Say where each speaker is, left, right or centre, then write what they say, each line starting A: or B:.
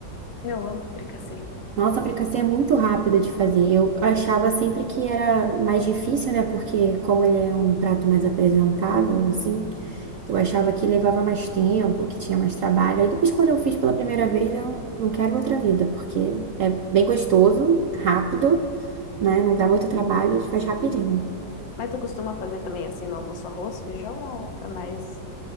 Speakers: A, on the left; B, on the right.
A: Eu amo fricassê.
B: Nossa, fricassê é muito rápido de fazer. Eu achava sempre que era mais difícil, né? Porque como ele é um prato mais apresentável, assim. Eu achava que levava mais tempo, que tinha mais trabalho. Aí depois, quando eu fiz pela primeira
A: Sim,
B: vez, eu não quero outra vida, porque é bem gostoso, rápido, né? Não dá muito trabalho, a gente faz
A: sim.
B: rapidinho.
A: Mas tu costuma fazer também assim no almoço arroz, feijão ou é mais